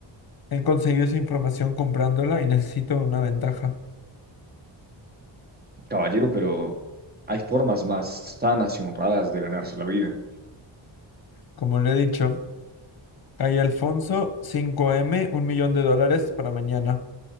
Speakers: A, on the left (about 50°); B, on the right (about 20°).
A: He conseguido esa información comprándola y necesito una ventaja.
B: Caballero, pero hay formas más sanas y honradas de ganarse la vida.
A: Como le he dicho, calle Alfonso, cinco m un millón de dólares para mañana.